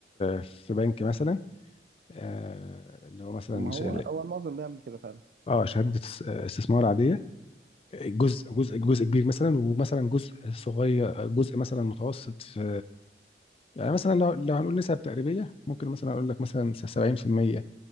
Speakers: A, on the left (about 30°); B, on the right (about 55°).
A: في في بنك مثلا آه، اللي هو مثلا
B: ما
A: ش-
B: هو هو المعظم بيعمل كده فعلا
A: اه شهاده اس- آه، استثمار عاديه جزء جزء جزء كبير مثلا ومثلا جزء صغير جزء مثلا متوسط في يعني مثلا لو لو هنقول نسب تقريبيه ممكن مثلا اقول لك مثلا 70%